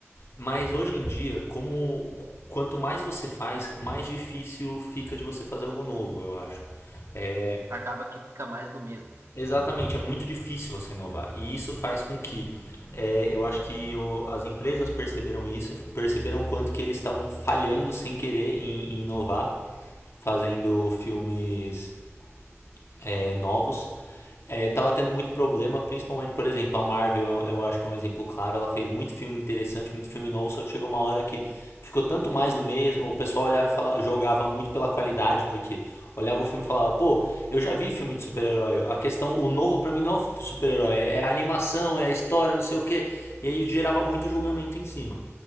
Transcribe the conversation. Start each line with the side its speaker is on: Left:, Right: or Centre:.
Left: Mas hoje em dia, como quanto mais você faz, mais difícil fica de você fazer algo novo, eu acho. É,
Right: Acaba que fica mais do mesmo, né?
Left: exatamente, é muito difícil você inovar. E isso faz com que é, eu acho que o, as empresas perceberam isso, perceberam quanto que eles estavam falhando sem querer em, em inovar, fazendo filmes é, novos. É, tava tendo muito problema, principalmente, por exemplo, a Marvel, eu, eu acho que é um exemplo claro, ela fez muito filme interessante, muito filme novo, só que chegou uma hora que ficou tanto mais do mesmo, o pessoal olhava e falava, jogava muito pela qualidade, porque olhava o filme e falava, pô, eu já vi filme de super-herói, a questão, o novo para mim não é super-herói, é a animação, é a história, não sei o que, e aí gerava muito julgamento em cima.